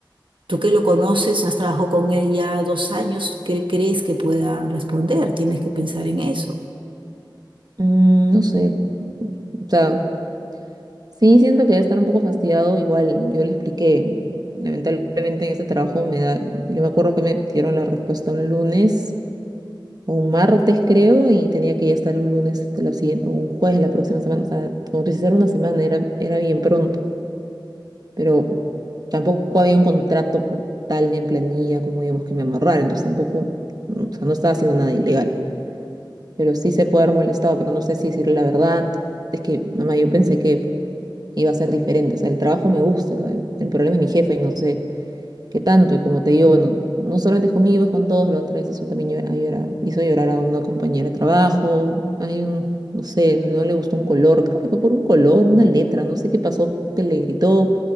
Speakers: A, on the right; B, on the right.
A: Tú que lo conoces, has trabajado con él ya dos años, ¿qué crees que pueda responder? Tienes que pensar en eso.
B: Mm, no sé, o sea, sí siento que debe estar un poco fastidiado. Igual yo le expliqué, lamentablemente en este trabajo me da, yo me acuerdo que me dieron la respuesta un lunes o un martes creo y tenía que ya estar un lunes este, la siguiente, o un jueves la próxima semana. O sea, como tú dices, era una semana, era, era bien pronto, pero tampoco había un contrato por tal en planilla como digamos que me amarrar, entonces tampoco, mm, o sea, no estaba haciendo nada ilegal. pero sí se puede haber molestado, pero no sé si decirle la verdad. Es que, mamá, yo pensé que iba a ser diferente. O sea, el trabajo me gusta, el, el problema es mi jefa y no sé qué tanto. Y como te digo, bueno, no solamente es conmigo, es con todos. La otra vez hizo también llorar, llorar- hizo llorar a una compañera de trabajo. Hay un, no sé, no le gustó un color. Creo que fue por un color, una letra, no sé qué pasó, que le gritó.